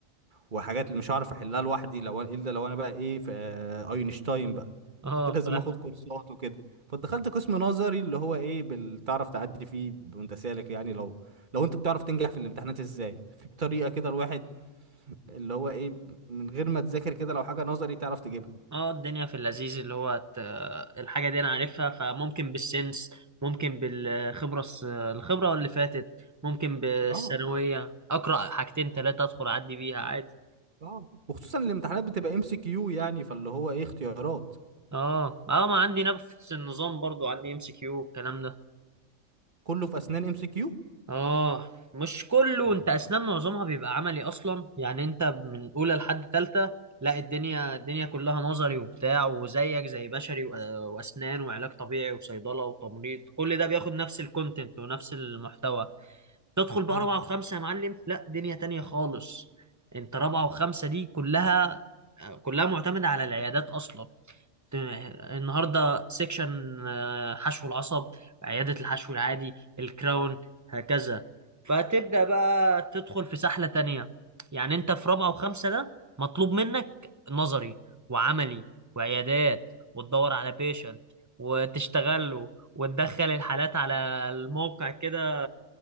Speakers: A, on the right; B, on the right.
A: وحاجات اللي مش هعرف احلها لوحدي لو أنا- الا لو انا بقى ايه في آه، اينشتاين بقى
B: اه
A: كنت لازم
B: فاهمك
A: اخد كورسات وكده فدخلت قسم نظري اللي هو ايه بال- تعرف تعدي فيه وانت سالك يعني لو لو انت بتعرف تنجح في الامتحانات ازاي في طريقة كده الواحد اللي هو ايه من غير ما تذاكر كده لو حاجة نظري تعرف تجيبها
B: اه الدنيا في اللذيذ اللي هو ت- الحاجة دي أنا عارفها فممكن بالسنس ممكن بالخبرة الس- الخبرة اللي فاتت ممكن بالثانوية
A: اه
B: أقرأ حاجتين تلاتة أدخل أعدي بيها عادي
A: اه وخصوصا الامتحانات بتبقى ام سي كيو يعني فاللي هو ايه اختيارات
B: اه اه ما عندي نفس النظام برضو عندي ام سي كيو الكلام ده
A: كله في اسنان ام سي كيو
B: اه مش كله
A: طب
B: انت اسنان معظمها بيبقى عملي اصلا يعني انت من اولى لحد تالتة لا الدنيا الدنيا كلها نظري وبتاع وزيك زي بشري وأ- واسنان وعلاج طبيعي وصيدلة وتمريض كل ده بياخد نفس الكونتنت ونفس المحتوى تدخل بقى
A: مم.
B: رابعة وخمسة يا معلم لا دنيا تانية خالص انت رابعة وخمسة دي كلها كلها معتمدة على العيادات اصلا النهارده سيكشن آه، حشو العصب عياده الحشو العادي الكراون هكذا فتبدا بقى تدخل في سحله تانية يعني انت في رابعه وخمسه ده مطلوب منك نظري وعملي وعيادات وتدور على بيشنت وتشتغله وتدخل الحالات على الموقع كده